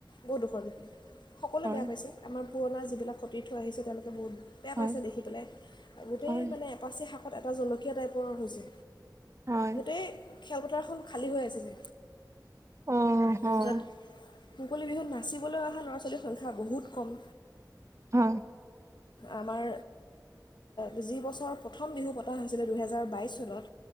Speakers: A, on the left (about 80°); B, on the right (about 40°).
A: বহুত দুখৰ বিষয়। সকলোৱে
B: হয়
A: বেয়া পাইছে আমাৰ পুৰণা যিবিলাক সতীৰ্থ আহিছে তেওঁলোকে বহুত বেয়া
B: হয়
A: পাইছে দেখি পেলাই, গোটেই
B: হয়
A: মানে এপাচি শাক কত এটা জলকীয়া টাইপৰ হৈছে।
B: হয়
A: গোটেই খেলপথাৰখন খালী হৈ আছিলে।
B: অ হয়
A: তাৰপিছত মুকলি বিহুত নাই নাচিবলৈ অহা ল'ৰা ছোৱালীৰ সংখ্যা বহুত কম।
B: হয়।
A: আমাৰ এ যি বছৰ প্ৰথম বিহু পতা হৈছিলে দুহেজাৰ বাইছ চনত